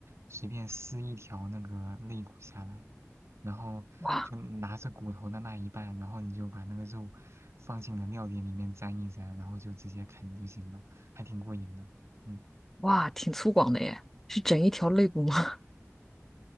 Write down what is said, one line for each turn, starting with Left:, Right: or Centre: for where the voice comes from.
Right: 随便撕一条那个肋骨下来，然后就拿着骨头的那一半，
Centre: 哇
Right: 然后你就把那个肉放进你的料碟里面沾一沾，然后就直接啃就行了，还挺过瘾的。嗯，
Centre: 哇，挺粗犷的耶，是整一条肋骨吗？